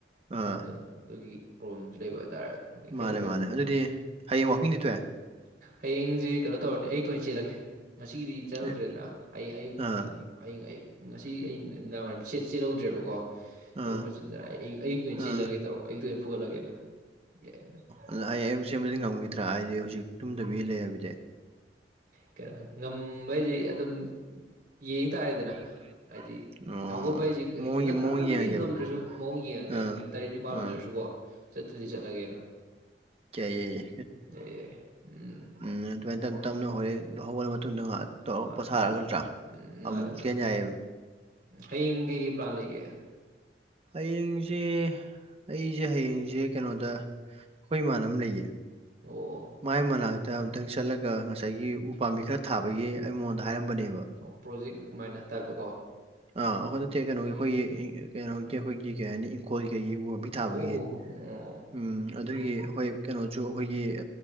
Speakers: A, on the right (about 35°); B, on the right (about 60°).
A: ꯑꯥ
B: ꯑꯗꯨꯅ ꯑꯗꯨꯒꯤ ꯄ꯭ꯔꯣꯕ꯭ꯂꯦꯝꯁꯨ ꯂꯩꯕ ꯍꯥꯏꯇꯥꯔꯦ ꯀꯩꯁꯨ
A: ꯃꯥꯅꯦ
B: ꯀꯥꯏꯗꯦ
A: ꯃꯥꯅꯦ ꯑꯗꯨꯗꯤ ꯍꯌꯦꯡ ꯋꯥꯋꯥꯛꯀꯤꯡꯗꯤꯠꯇꯋꯦ
B: ꯍꯌꯦꯡꯁꯦ ꯀꯩꯅꯣ ꯇꯧꯔꯅꯤ ꯑꯌꯨꯛꯛꯇ ꯑꯣꯏꯅ ꯆꯦꯜꯂꯒꯦ ꯉꯁꯤꯒꯤꯗꯤ ꯆꯠꯍꯧꯗ꯭ꯔꯦꯗꯅ
A: ꯑꯦ,
B: ꯍꯌꯦꯡ ꯑꯌꯨꯛ
A: ꯑꯥ
B: ꯑꯩ ꯉꯁꯤ ꯑꯩ ꯋꯥꯏꯔꯝ ꯆꯦꯠꯍꯧꯗ꯭ꯔꯦꯕꯀꯣ ꯊꯕꯛ
A: ꯑꯥ
B: ꯈꯔ ꯆꯤꯟꯗꯅ ꯑꯩ ꯑꯌꯨꯛꯇ ꯑꯣꯏꯅ ꯆꯦꯜꯂꯒꯦ
A: ꯑꯥ
B: ꯇꯧꯔꯛ ꯑꯩꯌꯨꯛꯇ ꯑꯣꯏꯅ ꯐꯨꯒꯠꯂꯒꯦꯅ ꯌꯥꯏ ꯌꯥ
A: ꯑꯗ ꯑꯩ ꯑꯌꯨꯛ ꯆꯦꯟꯕꯗꯤ ꯉꯝꯈꯤꯏꯗ꯭ꯔꯥ ꯍꯥꯏꯗꯤ ꯍꯧꯖꯤꯛ ꯇꯨꯝꯗꯕꯤ ꯂꯩ ꯍꯥꯏꯕꯤꯗꯤ
B: ꯀꯩꯅꯣ ꯉꯝꯕ ꯍꯥꯏꯁꯤꯦ ꯑꯗꯨꯝ ꯌꯦꯡ ꯇꯥꯔꯦꯗꯅ
A: <unintelligible>
B: ꯍꯥꯏꯗꯤ ꯍꯧꯒꯠꯄ ꯍꯥꯏꯁꯦ
A: ꯃꯑꯣꯡ
B: ꯉꯥꯟꯇꯥꯅꯕꯨꯗꯤ
A: ꯌꯦ- ꯃꯑꯣꯡ ꯌꯦꯡꯉꯒꯦꯕ
B: ꯉꯝꯗ꯭ꯔꯁꯨ ꯃꯑꯣꯡ ꯌꯦꯡꯉꯒꯦ
A: ꯑꯥ
B: ꯑꯗꯨꯝ ꯇꯔꯦꯠ ꯅꯤꯄꯥꯜ ꯑꯣꯏꯖꯔꯁꯨ
A: ꯑꯥ
B: ꯀꯣ ꯆꯠꯇꯗꯤ ꯆꯠꯂꯒꯦꯅ
A: ꯀꯤꯌꯥ ꯌꯦ
B: ꯑꯦ ꯎꯝ
A: ꯎ ꯑꯗꯨꯃꯥꯏꯅ ꯇꯞ ꯇꯞꯅ ꯍꯣꯔꯦꯟ ꯂꯧꯍꯧꯕꯂ ꯃꯇꯨꯡꯗ ꯉꯍ ꯇꯧꯔ
B: ꯃꯥꯅꯦ
A: ꯄꯣꯊꯥꯔꯒꯗ꯭ꯔꯥ
B: ꯃꯥꯅꯦ ꯎꯝ
A: ꯑꯃꯨꯛ
B: ꯃꯥꯅꯦ ꯃꯥꯅꯦ
A: ꯀꯅꯏꯌꯦ
B: ꯍꯌꯦꯡ ꯀꯩꯀꯩ ꯄ꯭ꯂꯥꯟ ꯂꯩꯒꯦ
A: ꯍꯌꯦꯡꯁꯦ ꯑꯩꯁꯦ ꯍꯌꯦꯡꯁꯦ ꯀꯩꯅꯣꯗ ꯑꯩꯈꯣꯏ ꯏꯃꯥꯟꯅꯕ ꯑꯃ ꯂꯩꯌꯦ
B: ꯑꯣ
A: ꯃꯥꯏ ꯃꯅꯥꯛꯇ ꯑꯨꯛꯇꯪ ꯆꯠꯂꯒ ꯉꯁꯥꯏꯒꯤ ꯎ ꯄꯥꯝꯕꯤ ꯈꯔ ꯊꯥꯕꯒꯤ ꯑꯩꯉꯣꯟꯗ ꯍꯥꯏꯔꯝꯕꯅꯦꯕ
B: ꯑꯣ ꯄ꯭ꯔꯣꯖꯦꯛ ꯑꯗꯨꯃꯥꯏꯅ ꯇꯥꯏꯕꯇꯀꯣ
A: ꯑ ꯑꯩꯈꯣꯏ ꯅꯠꯇꯦ ꯀꯩꯅꯣꯒꯤ ꯑꯩꯈꯣꯏꯒꯤ ꯀꯩꯅꯣꯒꯤ ꯑꯩꯈꯣꯏꯒꯤ ꯀꯩ ꯍꯥꯏꯅꯤ ꯏꯪꯈꯣꯜ ꯀꯩꯒꯤ ꯎꯃꯤ ꯊꯥꯕꯒꯤ
B: ꯑꯣ ꯍꯣ ꯍꯣ ꯑꯣ
A: ꯎꯝ ꯑꯗꯨꯒꯤ ꯍꯣꯏ ꯀꯩꯅꯣꯁꯨ ꯑꯩꯈꯣꯏꯒꯤ